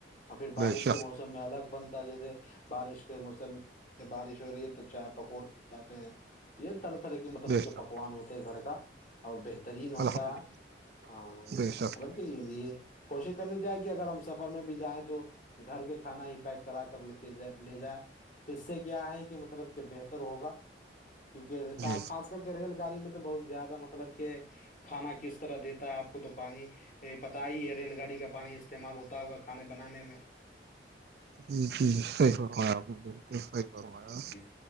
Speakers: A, on the left (about 45°); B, on the right (about 60°).
A: اور پھر
B: بے
A: بارش
B: شک
A: کے موسم الگ بنتا جیسے بارش کے موسم میں بارش ہو رہی ہے تو چائے پکوڑے جاتے ہیں یہ طرح طرح کے مطلب
B: بے
A: کہ
B: شک
A: پکوان ہوتے ہیں گھر کا اور بہترین ہوتا
B: الحمد
A: ہے
B: للہ
A: ہ
B: بے
A: یہ مطلب
B: شک بے
A: کہ یہ کوشش کرنی جائے کہ اگر ہم سفر میں بھی جائیں تو گھر کے کھانا ہی پیک کرا کر لتے لے جائے اس سے کیا ہے کہ مطلب کہ بہتر ہوگا کیونکہ
B: شک
A: خاص کر کے ریل گاڑی میں تو بہت زیادہ مطلب کہ کھانا کس طرح دیتا ہے آپ کو تو پانی یہ پت ہی ہے ریل گاڑی کا پانی استعمال ہوتا ہوگا کھانے بنانے میں
B: جی جی صحیح فرمایا آپ نے بالکل صحیح فرمایا
A: جی